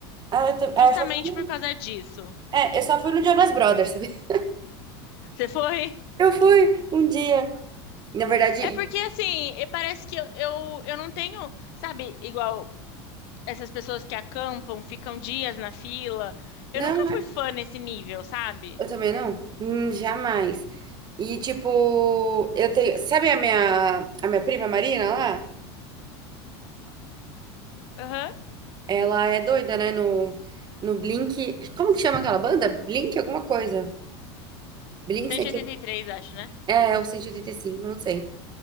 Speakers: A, on the right (about 30°); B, on the left (about 65°).
A: Ah, eu, tam-
B: Justamente
A: ah, eu só fui, no-
B: por causa disso.
A: é, eu só fui no Jonas Brothers, sabe? <laughs>
B: <laughs> Você foi?
A: Eu fui um dia. Na verdade,
B: É porque, assim, eh, parece que eu, eu, eu não tenho, sabe, igual essas pessoas que acampam, ficam dias na fila. Eu
A: não,
B: nunca
A: é-
B: fui fã nesse nível, sabe?
A: eu também não. Hum, jamais. E, tipo, eu tenho. Sabe a minha, a minha prima Marina lá?
B: Aham.
A: Ela é doida, né? No, no Blink. Como que chama aquela banda? Blink alguma coisa. Blink
B: 183,
A: 180.
B: acho, né?
A: É, o 185 não sei.